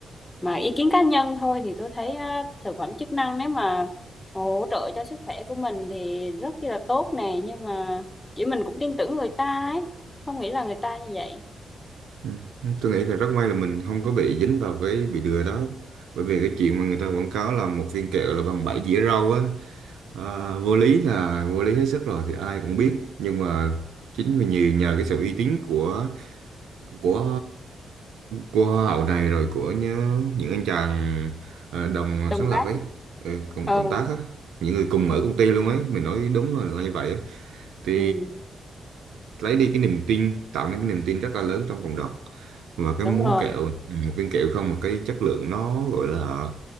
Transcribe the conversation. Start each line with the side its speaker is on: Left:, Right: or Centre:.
Left: mà ý kiến cá nhân thôi thì tôi thấy á, thực phẩm chức năng nếu mà hỗ trợ cho sức khỏe của mình thì rất chi là tốt nè nhưng mà chỉ mình cũng tin tưởng người ta ấy không nghĩ là người ta như vậy
Right: Ừ. Tôi nghĩ là rất may là mình không có bị dính vào cái bị lừa đó bởi vì cái chuyện mà người ta quảng cáo là một viên kẹo là bằng bảy dĩa rau á à, vô lý là vô lý hết sức rồi thì ai cũng biết nhưng mà chính vì nhiều nhờ cái sự uy tín của của của hoa hậu này rồi của những, những anh chàng ờ, đồng
Left: đồng
Right: sáng lập
Left: cát
Right: ấy ừ, cộng,
Left: ừ,
Right: cộng tác á những người cùng
Left: ừ,
Right: ở công ty luôn ấy mình nói đúng là, là như vậy á thì
Left: ừ.
Right: lấy đi cái niềm tin tạo nên cái niềm tin rất là lớn trong cộng đồng và cái
Left: đúng
Right: món
Left: rồi
Right: kẹo ừ, một viên kẹo không mà cái chất lượng nó gọi là